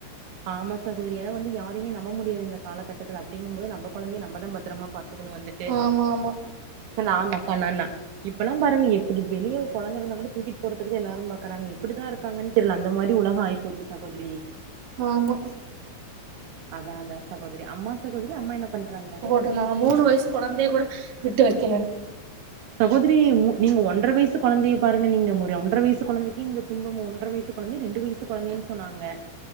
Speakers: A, on the right; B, on the right.
A: ஆமா சகோதரி ஏன்னா வந்து யாரையுமே நம்ப முடியாது இந்த காலகட்டத்துல அப்டிங்கும்போது நம்ப குழந்தைய நம்பதா பத்திரமா பாத்துக்கணு வந்துட்டு
B: ஆமா ஆமா
A: இப்ப நான்னாக்கா நானா இப்பெல்லா பாருங்க எப்புடி வெளிய ஒரு கொழந்த இருந்தா கூட தூக்கிட்டு போறதுக்குதா எல்லாரு பாக்கறாங்க எப்படிதா இருக்கான்னு தெரில அந்த மாரி உலக ஆயிப்போச்சு சகோதரி
B: ஆமா
A: அதா அதா சகோதரி அம்மா சகோதரி அம்மா என்ன பண்றாங்க
B: ட்ருந்தாங்க மூணு வயசு கொழந்தைய கூட விட்டு வைக்கல
A: சகோதரி நீங்க ஒன்ற வயசு கொழந்தைய பாருங்க நீங்க ஒரு ஒன்ற வயசு கொழந்தைக்கு இந்த துன்பம் ஒன்ற வயசு கொழந்தையா ரெண்டு வய து கொழந்தைனு சொன்னாங்க